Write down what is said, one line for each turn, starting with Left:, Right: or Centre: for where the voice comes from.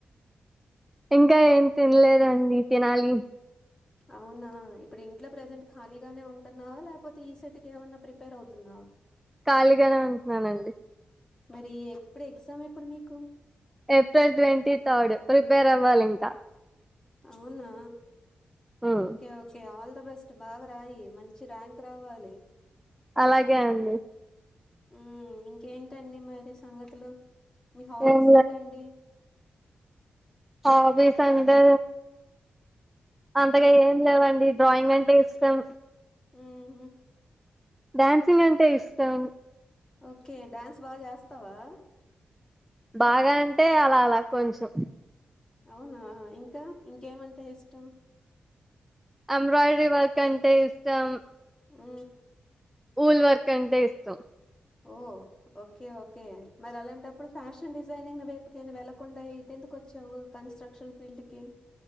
Centre: ఇంకా ఏం తిన్నేదండి తినాలి
Left: అవునా ఇప్పుడు ఇంట్లో ప్రజెంట్ ఖాళీగానే ఉంటున్నావా లేకపోతే ఈ సెట్ కేమన్నా ప్రిపేర్ అవుతున్నావా
Centre: ఖాళీగానే ఉంటున్నానండి
Left: మరి ఎప్పుడు ఎగ్జామ్ ఎప్పుడు మీకు
Centre: ఏప్రిల్ ట్వంటీ థర్డ్ ప్రిపేర్ అవ్వాలి ఇంక
Left: అవునా
Centre: మ్మ్
Left: okay okay all the best బాగా రాయి మంచి ర్యాంక్ రావాలి
Centre: అలాగే అండి
Left: ఊ ఇంకేంటండి మరి సంగతులు మీ హాబీస్
Centre: ఏం
Left: ఏంటండి
Centre: హాబీసంటే అంతగా ఏం లేవండి డ్రాయింగ్ అంటే ఇష్టం
Left: ఊహు
Centre: డ్యాన్సింగ్ అంటే ఇష్టం
Left: ఓకే డ్యాన్స్ బాగా జేస్తావా
Centre: బాగా అంటే అలా అలా కొంచెం
Left: అవునా ఇంకా ఇంకేమంటే ఇష్టం
Centre: అంబ్రాయిడి వర్క్ అంటే ఇష్టం
Left: ఊ
Centre: ఊల్ వర్క్ అంటే ఇష్టం
Left: ఓ ఓకే ఓకే మరి అలాంటప్పుడు ఫ్యాషన్ డిజైనింగ్ వైపుకేనా వెళ్ళలకుండా ఇటెందుకు కొచ్చావు కన్స్ట్రక్షన్ ఫీల్డ్ కి